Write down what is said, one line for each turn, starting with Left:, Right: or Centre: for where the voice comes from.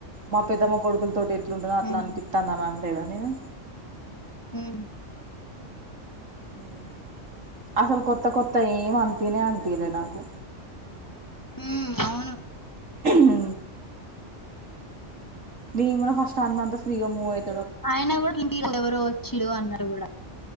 Right: మా పెద్దమ్మ కొడుకుల తోటి ఇట్లుంటుందో అట్లా
Left: హ్మ్
Right: అపిస్తాంది అని లేదా నేను
Left: ఉమ్
Right: మ్ అసలు కొత్త కొత్త ఏం అనిపియానే అనిపియలేదు నాకు
Left: మ్ అవును
Right: మ్ నేను గూడా ఫస్ట్ అన్నంత ఫ్రీగా మూ అయి
Left: ఆయన గూడా ఇంటికి ఎవరో వచ్చిలు అన్నాడు గూడా